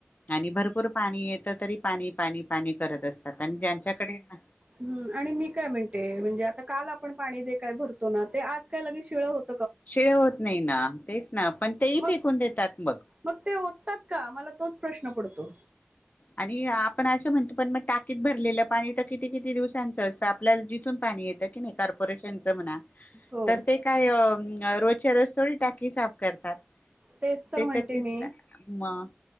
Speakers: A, on the left; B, on the right.
A: आणि भरपूर पाणी येत तरी, पाणी पाणी पाणी करत असतात आणि ज्यांच्याकडे ना,
B: ह् आणि मी काय म्हणते, म्हणजे आता काल आपण पाणी जे काय भरतो ना ते आज काय लगे शिळ होत,
A: शिळे होत नाही ना, तेच ना पण तेही
B: मग
A: फेकून देतात मग.
B: मग ते ओततात का मला तोच प्रश्न पडतो.
A: आणि आपण असं म्हणतो पण मग टाकीत भरलेलं पाणी तर किती किती दिवसांचं असतं आपल्याला जिथून पाणी येतं, की नाही कार्पोरेशनच म्हणा
B: हो
A: तर ते काय अ रोजच्या रोज थोडी टाकी साफ करतात.
B: तेच
A: ते
B: म्हणते
A: तर ते
B: मी
A: म-